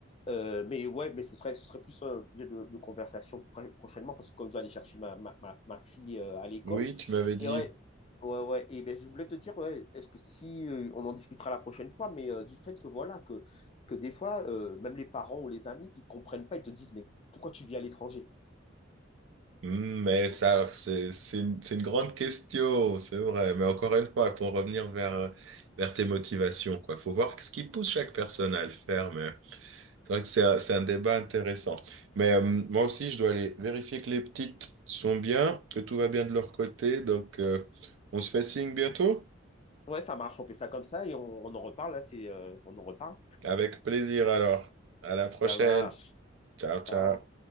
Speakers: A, on the left; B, on the right.
A: Euh, mais ouais, mais ce serait, ce serait plus un sujet de, de conversation pr- prochainement parce que comme je dois aller chercher ma, ma, ma, ma fille euh, à l'école.
B: Oui, tu m'avais dit...
A: Et ouais, ouais, ouais. Et ben, je voulais te dire, ouais, est-ce que si euh, on en discutera la prochaine fois, mais euh, du fait que voilà, que, que des fois, euh, même les parents ou les amis, ils comprennent pas, ils te disent, mais pourquoi tu vis à l'étranger?
B: Hmm, Mais
A: Tu vois
B: ça, c'est c'est une, c'est une grande question, c'est vrai. Mais encore une fois, pour revenir vers, vers tes motivations, quoi. Faut voir ce qui pousse chaque personne à le faire. Mais c'est vrai que c'est un, c'est un débat intéressant. Mais euh, moi aussi, je dois aller vérifier que les petites sont bien, que tout va bien de leur côté. Donc, euh, on se fait signe bientôt.
A: Ouais, ça marche, on fait ça comme ça et on, on en reparle, là, c'est, euh, on en reparle.
B: Avec plaisir alors. À la prochaine.
A: Ça marche.
B: Ciao, ciao.
A: Ciao.